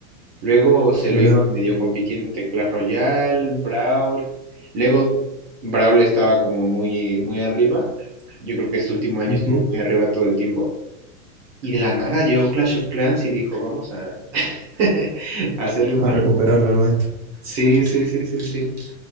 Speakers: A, on the right; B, on the right.
A: Luego se
B: Mira,
A: lo iba medio compitiendo entre Clash Royale, Brawl. Luego Brawl estaba como muy, muy arriba. Yo creo que este último año
B: ujú,
A: estuvo muy arriba todo el tiempo. Y de la nada llegó Clash of Clans y dijo, vamos a, <laughs> a hacer el más
B: A recuperar
A: rentable.
B: lo nuestro.
A: Sí, sí, sí, sí, sí.